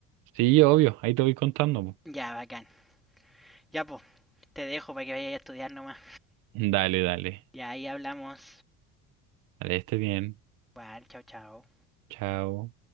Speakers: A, on the right; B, in the centre.
A: Sí, obvio, ahí te voy contando, po.
B: Ya, bacán. Ya, pues, te dejo para que vayas a estudiar nomás.
A: Dale, dale.
B: Y ahí hablamos.
A: Dale, esté bien.
B: Igual, chao, chao.
A: Chao.